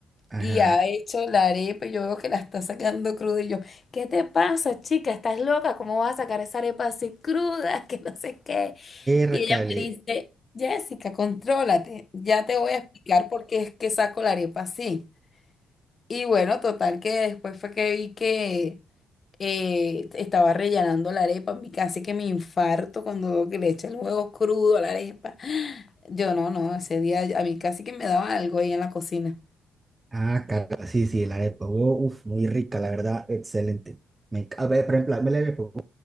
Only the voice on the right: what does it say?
Ajá.
Ércale.
Ah, caramba, sí, sí, la arepa de huevo. Uf, muy rica, la verdad, excelente. Me, enc- a ver, por ejemplo, a mí la arepa de huevo